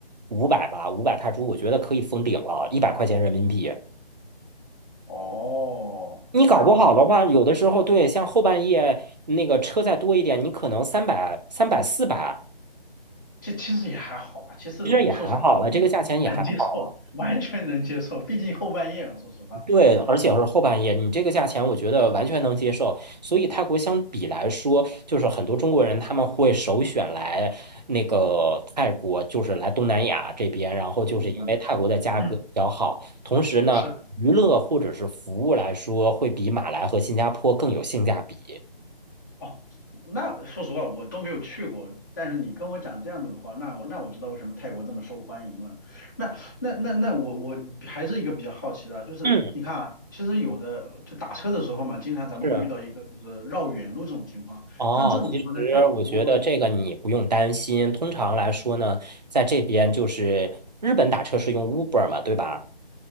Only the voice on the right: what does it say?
五百吧，五百泰铢，我觉得可以封顶了，一百块钱人民币。
你搞不好的话，
有的时候对，像后半夜那个车再多一点，你可能三百、三百、四百，
其实也还好了，
这个价钱也还好了。
对，而且是后半夜，你这个价钱我觉得完全能接受。所以泰国相比来说，就是很多中国人他们会首选来那个泰国，就是来东南亚这边，然后就是因为泰国的价格比较好，
同时呢，
娱乐或者是服务来说，会比马来和新加坡更有性价比。
嗯，
是。哦，
其实我觉得这个你不用担心。通常来说呢，在这边就是日本打车是用 Uber 嘛，对吧？